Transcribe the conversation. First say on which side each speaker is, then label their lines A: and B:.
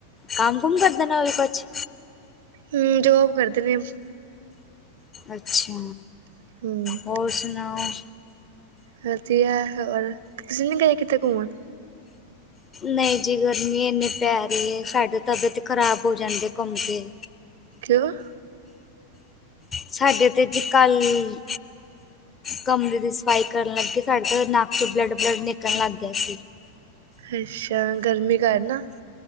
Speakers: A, on the left (about 20°); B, on the right (about 55°).
A: ਕੰਮ-ਕੁਮ ਕਰਦੇ ਨੇ, ਉਹ ਵੀ ਕੁਛ?
B: ਹੂੰ, ਜੋਬ ਕਰਦੇ ਨੇ।
A: ਅੱਛਾ,
B: ਹਮ
A: ਹੋਰ ਸੁਣਾਓ?
B: ਵਧੀਆ ਹੋਰ, ਤੁਸੀਂ ਨੀ ਗਏ ਕਿਤੇ ਘੁੰਮਣ?
A: ਨਹੀਂ ਜੀ ਗਰਮੀ ਇੰਨੀ ਪੈ ਰਹੀ ਏ, ਸਾਡੇ ਤਬੀਅਤ ਖ਼ਰਾਬ ਹੋ ਜਾਂਦੇ ਘੁੰਮਕੇ।
B: ਕਿਉਂ?
A: ਸਾਡੇ ਤੇ ਜੀ ਕੱਲ- ਕਮਰੇ ਦੀ ਸਫਾਈ ਕਰਨ ਲੱਗੀ ਸਾਡੇ ਘਰ, ਨੱਕ'ਚ ਬਲੱਡ-ਬਲੱਡ ਨਿਕਲਣ ਲੱਗ ਗਿਆ ਸੀ।
B: ਅੱਛਾ, ਗਰਮੀ ਕਾਰਨ ਨਾ?